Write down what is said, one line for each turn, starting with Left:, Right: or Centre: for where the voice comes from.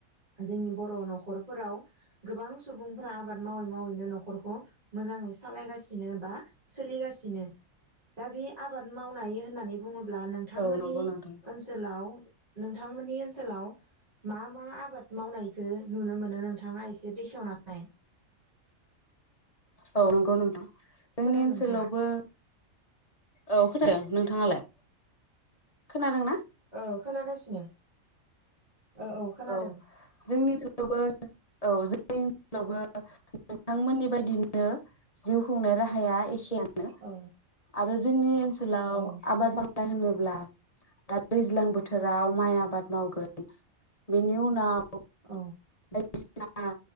Right: जोंनि बर' न'खरफोराव गोबां सुबुंफ्रा आबाद मावै मावैनो न'खरखौ मोजाङै सालायगासिनो बा सोलिगासिनो दा बे आबाद मावनाय होननानै बुङो <unintelligible> नोंथांमोननि
Left: औ नंगौ नोंथां
Right: ओनसोलाव नोंथांमोननि ओनसोलाव मा मा आबाद मावनायखो नुनो मोनो नोंथाङा एसे बेखेवना नाय।
Left: औ नोंगौ नोंथां। जोंनि
Right: नोंथाङा
Left: ओनसोलावबो औ खोनादों नोंथाङालाय खोनादोंना?
Right: ओ खोनागासिनो। औ खोनादों
Left: औ जोंनि ओनसो लावबो औ जोंनि ओनसोलावबो नोंथांमोननि बायदिनो जिउ खुंनाय राहाया एखेया नो
Right: औ
Left: आरो जोंनि ओनसोलाव
Right: औ
Left: आबाद मावनाय होनो ब्ला‌ दा दैज्लां बोथोराव माइ आबाद मावगोन। बिनि उनाव
Right: औ
Left: <unintelligible> बायदिसिना